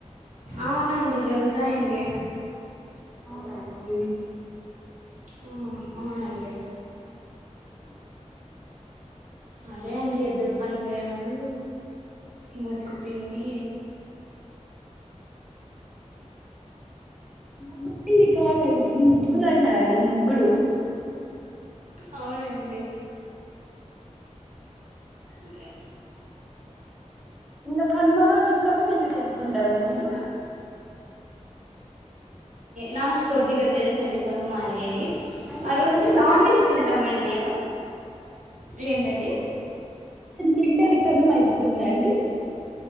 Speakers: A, on the right; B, in the centre.
A: అవునండి జరుగుతాయండి.
B: అవునా అండి
A: ఉమ్ అవునండి అదే అండి ఎద్దుల పందెలు ముగ్గుపిండి
B: ముగ్గు పిండి కాదండి ముగ్గులు అంటారండి ముగ్గులు
A: అవునండి లే
B: ఇంకా కనుమ రోజు కనుమ ఎందుకు జరుపుకుంటారండి మీరు
A: నాకి కొద్దిగా తెలుసండి కనుమ అనేది
B: అంటే
A: ఆ రోజు
B: చికెన్ మటన్
A: నాన్ వెజ్
B: తినేది
A: తింటామండి
B: అనుకుంటున్నారా
A: ఏంటండి?
B: తింటే అది కనుమ అయిపోతుందా అండి